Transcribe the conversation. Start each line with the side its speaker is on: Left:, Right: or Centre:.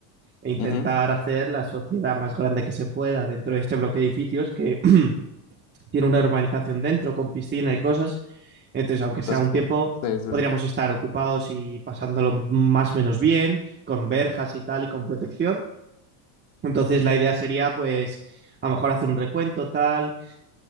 Right: e intentar
Left: ujú.
Right: hacer la sociedad más grande que se pueda dentro de este bloque de edificios que <clears throat> tiene una urbanización dentro con piscina y cosas. Entonces, aunque
Left: Entonces,
Right: sea un tiempo,
Left: sí, sí. sí.
Right: podríamos estar ocupados y pasándolo más o menos bien, con verjas y tal y con protección entonces la idea sería pues a lo mejor hacer un recuento tal,